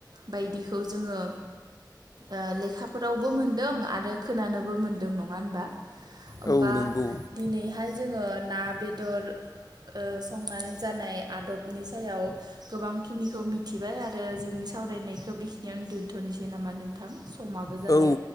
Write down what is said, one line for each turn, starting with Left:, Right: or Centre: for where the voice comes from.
Right: बायदिखौ जोङो ओ लेखाफोरावबो मोनदों आरो खोनानोबो मोनदों नङा होनबा होमबा
Left: औ नंगौ
Right: दिनैहाय जोङो ना, बेदर ओ संनानै जानाय आदबनि सायाव गोबांखिनिखौ मिथिबाय आरो जोंनि सायाव सावरायनायखौ बिखिनियावनो दुनथ'नोसै नामा नोंथां समाबो जाबाय
Left: औ